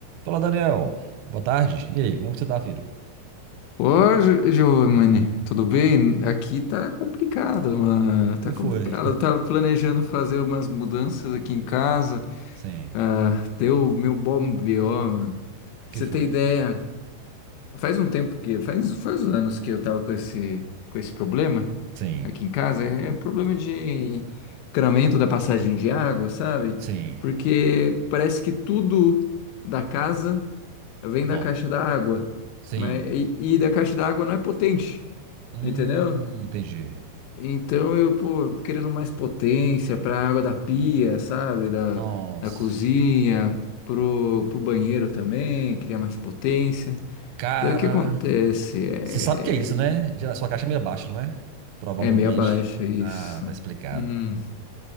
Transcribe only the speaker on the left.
Ô, Gi- Giovanni, tudo bem? Aqui tá complicado, mano. Tá
complicado.
Eu tava planejando fazer umas mudanças aqui em casa.
Ah, deu meu bom BO, mano. Pra
você ter
ideia, faz um tempo que, faz, faz anos que eu tava com esse, com esse problema
aqui em casa. É um problema de encanamento da passagem de água, sabe?
Porque parece que tudo da casa vem da
caixa da água.
Mas, e, e da caixa d'água não é potente.
Entendeu?
Então eu, pô, querendo mais potência pra água da pia, sabe? Da,
da cozinha, pro, pro banheiro também, queria mais potência.
Daí o que acontece? É,
é meia baixa isso.
Uhum.